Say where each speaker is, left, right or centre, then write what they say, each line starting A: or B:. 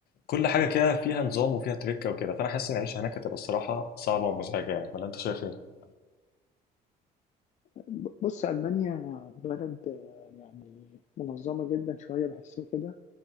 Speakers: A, on the left; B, on the left.
A: كل حاجه كده فيها نظام وفيها تريكه وكده فانا حاسس ان العيشه هناك هتبقى الصراحه صعبه ومزعجه يعني ولا انت شايف ايه؟
B: ب- بص ألمانيا بلد آه، يعني منظمة جدا شوية بحس كده